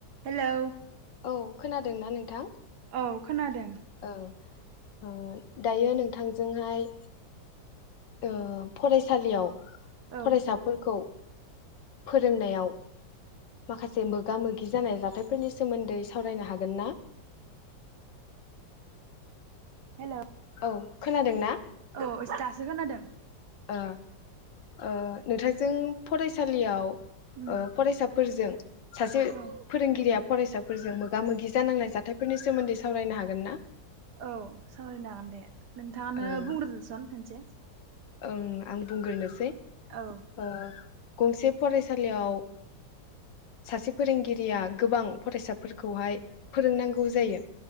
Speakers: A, on the right (about 65°); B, on the left (about 75°).
A: Hello
B: औ खोनादों ना नोंथां?
A: औ खोनादों।
B: ओं ओ दायो नोंथांजोंहाय ओ फरायसालियाव।
A: औ
B: फरायसाफोरखौ फोरोंनायाव माखासे मोगा मोगि जानाय जाथायफोरनि सोमोन्दै सावरायनो हागोन ना
A: हेलौ
B: ओं खोनादों ना?
A: औ दासो खोनादों
B: ओ ओ नोंथांजों फराय सालियाव‌
A: उम
B: ओ फरायसाफोरजों सासे
A: औ
B: फोरोंगिरिया फरायसाफोरजों मोगा मोगि जानांनाय जाथायफोरनि सोमोन्दै सावरायनो हागोन ना।
A: औ सावरायनो हागोन दे नोंथाङानो
B: ओं
A: बुंग्रोदोसन खोनसे
B: ओं आं बुंग्रोनोसै
A: औ
B: ओ। गंसे फरायसालियाव सासे फोरोंगिरिया गोबां फरायसाफोर खौहाय फोरोंनांगौ जायो